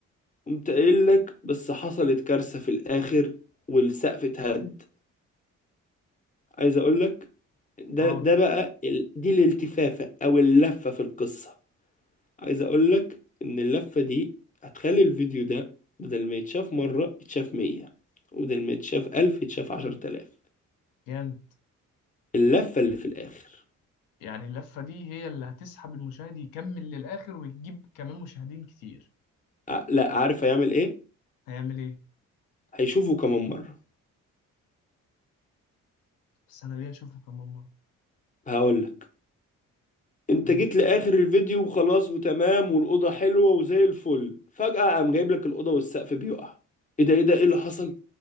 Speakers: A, on the left (about 25°); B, on the left (about 85°).
A: قمت قايل لك بس حصلت كارثة في الآخر والسقف اتهد عايز أقول لك ده
B: أه
A: ده بقى ال- دي الالتفافة أو اللفة في القصة عايز اقول لك ان اللفة دي هتخلي الفيديو ده بدل ما يتشاف مرة يتشاف مية وبدل ما يتشاف ألف يتشاف عشر تلاف
B: جامد
A: اللفة اللي في الآخر
B: يعني اللفة دي هي اللي هتسحب المشاهد يكمل للآخر وتجيب كمان مشاهدين كتير
A: ع- لا عارف هيعمل ايه
B: هيعمل إيه؟
A: هيشوفه كمان مرة
B: بس أنا ليه أشوفه كمان مرة
A: هقول لك انت
B: قول
A: جيت لآخر الفيديو وخلاص وتمام والأوضة حلوة وزي الفل فجأة قام جايب لك الأوضة والسقف بيقع ايه ده ايه ده ايه اللي حصل